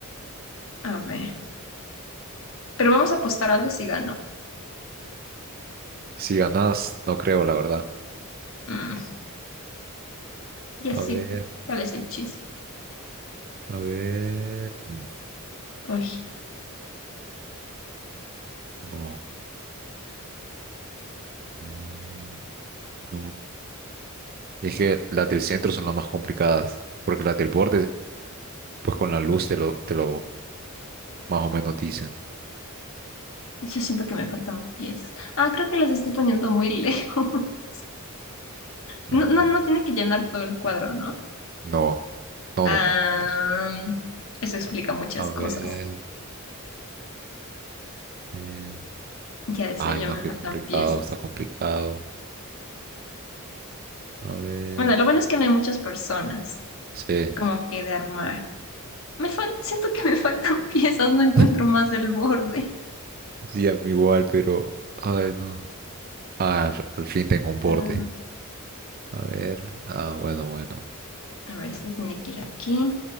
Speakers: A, on the left; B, on the right.
A: <laughs> A ver. Pero vamos a apostar algo si gano.
B: si ganas, no creo, la verdad.
A: Mm, ya
B: A
A: sí.
B: ver.
A: ¿Cuál es el chiste?
B: A ver. mm,
A: Uy,
B: No. mm, No. Es que las del centro son las más complicadas. Porque las del borde, pues con la luz te lo, te lo más o menos dicen.
A: yo siento que me faltan piezas. Ah, creo que las estoy poniendo muy lejos. <laughs>
B: A
A: No, no,
B: ver.
A: no tiene que llenar todo el cuadro, ¿no?
B: No, no,
A: Ah,
B: no, no.
A: eso explica muchas
B: A ver.
A: cosas.
B: eh,
A: Ya decía
B: Ay,
A: yo,
B: no,
A: me
B: qué
A: faltan
B: complicado,
A: piezas.
B: está complicado. A ver.
A: Bueno, lo bueno es que no hay muchas personas
B: Sí.
A: como que de armar. Me fal- siento que me faltan <laughs> piezas, no encuentro
B: <laughs>
A: más del borde.
B: Sí, a mí igual, pero. Ay, no. Ah, al fin tengo un borde.
A: Ah,
B: A ver. Ah, bueno, bueno.
A: a ver, este tiene que ir aquí.